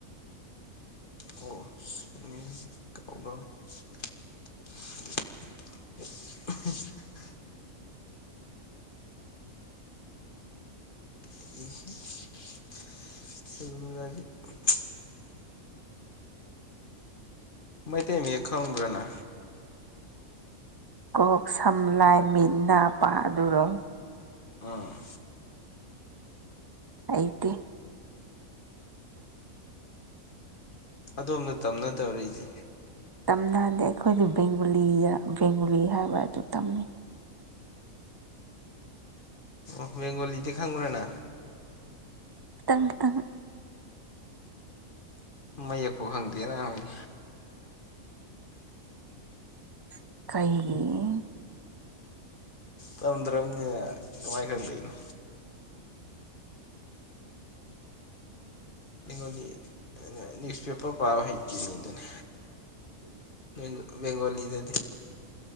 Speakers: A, on the left; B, on the right.
A: <inaudible> <inaudible> <inaudible> ꯃꯩꯇꯩ ꯃꯌꯦꯛ ꯈꯪꯕ꯭ꯔꯅ
B: ꯀꯣꯛ ꯁꯝꯂꯥꯏ ꯃꯤꯠ ꯅꯥ ꯄꯥ ꯑꯗꯨꯔꯣ
A: ꯑꯥ
B: ꯍꯩꯇꯦ
A: ꯑꯗꯣꯝꯗ ꯇꯝꯅ ꯇꯧꯔꯛꯏꯁꯦ
B: ꯇꯝꯅ ꯍꯥꯏꯗꯤ ꯑꯩꯈꯣꯏꯗꯤ ꯕꯦꯡꯒꯣꯂꯤꯗ ꯕꯦꯡꯒꯣꯂꯤ ꯍꯥꯏꯕ ꯑꯗꯨ ꯇꯝꯃꯦ
A: ꯑꯣ ꯕꯦꯡꯒꯂꯤꯗꯤ ꯈꯪꯕ꯭ꯔꯥꯅꯅꯥ
B: ꯈꯤꯇꯪ ꯈꯤꯇꯪ
A: ꯃꯌꯦꯛꯄ ꯐꯪꯗꯦꯅ ꯈꯣꯢꯗꯤ
B: ꯀꯩ
A: ꯇꯝꯗ꯭ꯔꯕꯅꯤ ꯇꯉꯥꯏ ꯈꯪꯗꯩꯅꯣ ꯒꯣꯂꯤ ꯅ꯭ꯌꯨꯁꯄꯦꯄꯔ ꯄꯥꯕ ꯍꯩꯇꯤꯅꯤ ꯑꯗꯨꯅ ꯕꯦꯡ ꯕꯦꯡꯒꯣꯂꯤꯗꯗꯤ